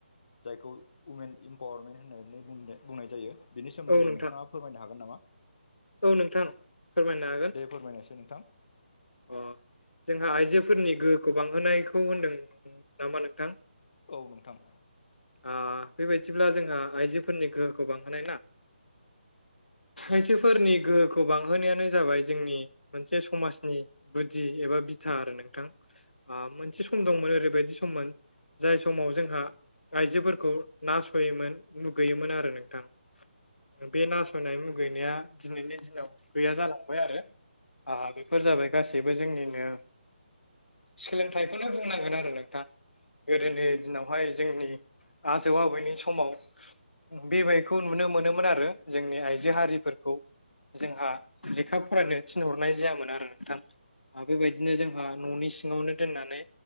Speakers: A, on the left (about 45°); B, on the left (about 80°).
A: जायखौ उमेन इमपावारमेन्ट होननानै बुं बुंनाय जायो। बिनि सोमोन्दै
B: औ नोंथां
A: नोंथाङा फोरमायनो हागोन नामा?
B: औ नोंथां फोरमायनो हागोन
A: दे फोरमायनायसै नोंथां।
B: अ जोंहा आइजोफोरनि गोहोखौ बांहोनायखौ होनदों नामा नोंथां।
A: औ नोंथां।
B: आं बेबायाददिब्ला जोंहा आइजोफोरनि गोहोखौ बांहोनाय ना आयजोफोरनि गोहोखौ बांहोनायानो जाबाय जोंनि मोनसे समाजनि गुदि एबा बिथा आरो नोंथां आं मोनसे सम दंमोन ओरैबायदि सममोन। जाय समाव जोंहा आइजोफोरखौ नासयोमोन मुगैयोमोन आरो नोंथां। बे नासयनाय मुगैनाया दिनैनि दिनाव गैया जालांबाय आरो। आ बेफोर जाबाय गासैबो जोंनिनो सोलोंथाइखौनो बुंनांगोन आरो नोंथां गोदोनि दिनावहाय जोंनि आजौ आबैनि समाव बेबायखौ नुनो मोनोमोन आरो जोंनि आइजो हारिफोरखौ जोंहा लेखा फरायनो थिनहरनाय जायामोन आरो नोंथां आरो बेबायदिनो जोंहा न'नि सिङावनो दोननानै